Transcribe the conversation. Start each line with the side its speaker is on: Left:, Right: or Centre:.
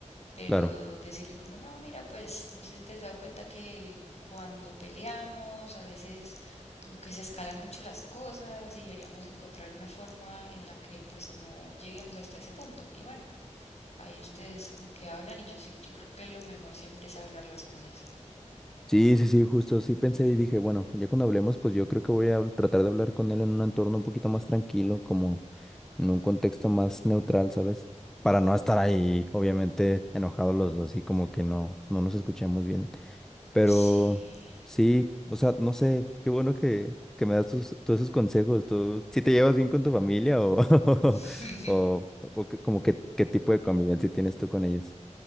Left: pero
Centre: claro.
Left: decirle como, no, mira, pues no sé si te has dado cuenta que cuando peleamos a veces como que se escalan mucho las cosas y deberíamos encontrar una forma en la que pues no lleguemos hasta ese punto. Y bueno, ahí ustedes como que hablan y yo sí, yo creo que lo mejor siempre es hablar las cosas.
Centre: Sí, sí, sí, justo, sí pensé
Left: Mm,
Centre: y dije, bueno, ya cuando hablemos, pues yo creo que voy a tratar de hablar con él en un entorno un poquito más tranquilo, como en un contexto más neutral, ¿sabes? Para no estar ahí, obviamente, enojados los dos y como que no, no nos escuchamos bien. Pero
Left: sí.
Centre: sí, o sea, no sé, qué bueno que, que me das tus, todos esos consejos. ¿Tú si te llevas bien con tu familia o, <laughs>
Left: <laughs>
Centre: o, o que- como que qué tipo de convivencia tienes tú con ellos?